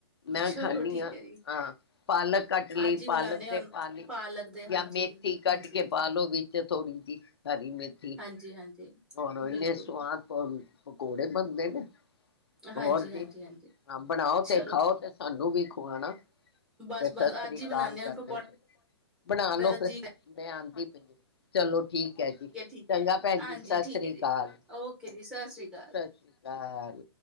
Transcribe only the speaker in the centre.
ਚਲੋ
ਠੀਕ
ਹੈ ਜੀ।
ਅੱਜ ਹੀ
ਬਣਾਨੇ ਆ
ਪਾਲਕ ਦੇ ਹਾਂਜੀ,
ਹਾਂਜੀ,
ਹਾਂਜੀ,
ਹਾਂਜੀ, ਹਾਂਜੀ।
ਬਿਲਕੁਲ,
ਹਾਂਜੀ,
ਹਾਂਜੀ,
ਹਾਂਜੀ
ਚਲੋ
ਬਸ,
ਬਸ
ਅੱਜ ਹੀ ਬਣਾਨੇ
ਆ
ਹੁਣ ਪਕੌੜੇ
ਦਾ ਜੀ
ਠੀਕ
ਹੈ,
ਹਾਂਜੀ
ਠੀਕ
ਹੈ ਜੀ।
ਓਕੇ ਜੀ, ਸਤਿ ਸ਼੍ਰੀ ਅਕਾਲ।